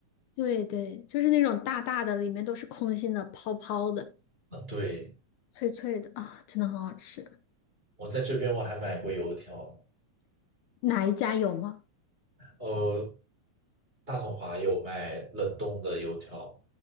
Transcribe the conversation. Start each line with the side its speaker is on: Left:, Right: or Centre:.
Left: 对对，就是那种大大的，里面都是空心的、泡泡的、
Right: 啊。对，
Left: 脆脆的啊，真的很好吃。
Right: 我在这边我还买过油条，
Left: 哪一家有吗？
Right: 呃，大统华有卖冷冻的油条，